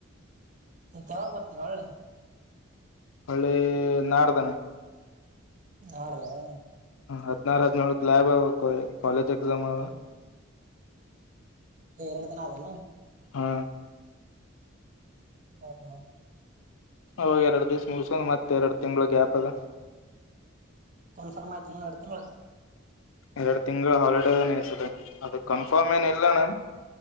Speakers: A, on the right; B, on the left.
A: ತರ ಬರ್ತಾರ ಒಳ್ಳ
B: ಒಳ್ಳೆ ನಾಡ್ದ
A: ಹಾ್ದ <unintelligible>
B: ಹ ಹದ್ರು ಹದ್ಳುಕ್ ಲ್ಯಾಬ್ ಅವ ಕಾಲೇಜ್ ಎಕ್ಸಾಮ್ ಅವ
A: ಇನ್ನು ಎರಡು ದಿನ ಆದನು
B: ಹಾ
A: ಹಾಂ ಹಾಂ
B: ಅವಾಗ ಎರಡ್ ದಿವಸ ಮುಗಸಕೊಂಡ್ ಮತ್ತೆ ಎರಡು ತಿಂಗಳ್ ಗ್ಯಾಪ್ ಅದಾ
A: ಕನ್ಫರ್ಮ ಅಯ್ತೇನು ಎರ್ಡ ತಿಂಗ್ಳ್
B: ಎರಡು ತಿಂಗಳು ಹಾಲಿಡೇತದೆ ಅದಕ್ಕೆ ಕನ್ಫರ್ಮ್ ಏನ್ ಇಲ್ಲಣ್ಣ